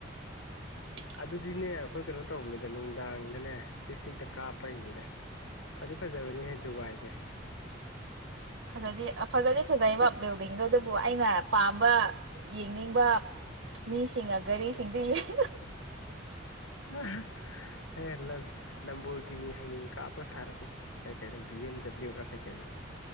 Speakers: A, on the right; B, on the left.
A: <unintelligible>
B: ꯑꯗꯨꯗꯤꯅꯦ ꯑꯩꯈꯣꯏ ꯀꯩꯅꯣ ꯇꯧꯕꯅꯤꯗ ꯅꯨꯡꯗꯥꯡꯗꯅꯦ ꯆꯤ ꯆꯤꯛꯇ ꯀꯥꯞꯄꯩꯅꯤꯗ ꯐꯗꯤ ꯐꯖꯕꯅꯤꯍꯦ ꯗꯨꯕꯥꯏꯁꯦ
A: ꯐꯖꯗꯤ ꯐꯖꯗꯤ ꯐꯖꯩꯕ ꯕꯤꯜꯗꯤꯡꯗꯣ ꯑꯗꯨꯕꯨ ꯑꯩꯅ ꯄꯥꯝꯕ ꯌꯦꯡꯅꯤꯡꯕ ꯃꯤꯁꯤꯡ ꯒꯥꯔꯤꯁꯤꯡꯗ ꯌꯦꯒꯦ
B: ꯎꯝ ꯍꯦ ꯂꯝꯕꯣꯜꯒꯤꯅꯤ ꯍꯌꯦꯡ ꯀꯥꯞꯄꯒ ꯊꯥꯔꯛꯀꯁꯤ ꯀꯩ ꯀꯩꯅꯣ ꯕꯤ ꯑꯦꯝ ꯗꯕ꯭ꯂꯤꯎꯕ꯭ꯔꯥ ꯀꯩ ꯀꯩꯅꯣ